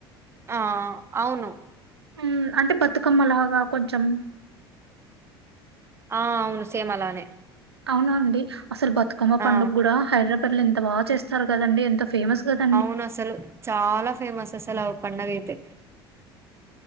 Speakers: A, on the right; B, on the right.
A: ఆ అవును
B: మ్మ్ అంటే బతుకమ్మ లాగా కొంచెం
A: ఆ అవును సేమ్ అలానే
B: అవున అండి అసలు బతుకమ్మ పండుగ
A: ఆ
B: కూడా హైదరాబాద్ లో ఎంత బాగా చేస్తారు కదండి ఎంత ఫేమస్ కద
A: అవును అసలు చాలా ఫేమస్ అసలు ఆ పండగ అయితే